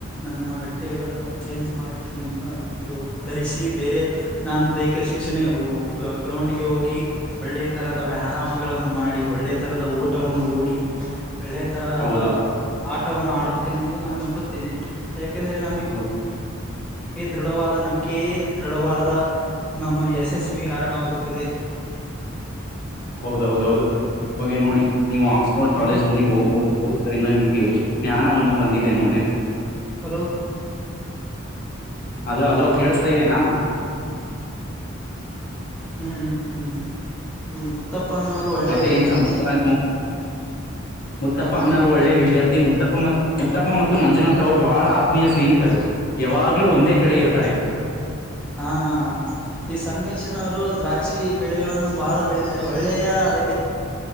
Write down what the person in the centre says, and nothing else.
ನನ್ನ ಬಟ್ಟೆಗಳನ್ನು ಚೇಂಜ್ ಮಾಡಿ ಧರಿಸಿ ಬೇರೆ ನಾನು ದೈಹಿಕ ಶಿಕ್ಷಣೆ ಗ್ರೌಂಡ್ ಗೆ ಹೋಗಿ ಒಳ್ಳೆ ತರದ ವ್ಯಾಹ ಗಳನ್ನು ಮಾಡಿ ಒಳ್ಳೆ ತರಹದ ಊಟವನ್ನು ಓಡಿ ಒಳ್ಳೆ ತರಹದ
ಆಟವನ್ನು ಆಡುತ್ತೇನೆ ಎಂದು ನಾನು ನಂಬುತ್ತೇನೆ ಯಾಕೆಂದ್ರೆ ನ
ದೃಢವಾದ ನಂಬಿಕೆಯೇ ದೃಢವಾದ ನಮ್ಮ ಯಶಸ್ವಿ ಕಾರಣವಾಗುತ್ತದೆ ಹ್ಮ
ಹ್ಮ
ಹಲೋ
ಹ್ಮ್ ಹ್ಮ್ ಹ್ಮ್ ಈಗ ಮುತ್ತಪ್ಪ ಅನ್ನೋರು ಒಳ್ಳೆ
ವಿದ್ಯಾರ್ಥಿ
ಮತ್
ಹಾ ಈ ಸಂಮೇಶನ್ವರು ದ್ರಾಕ್ಷಿ ಬೆಳೆಗಳನ್ನು ಬಹಳ ಬೆಳೀತಾರೆ ಒಳ್ಳೆಯ ರ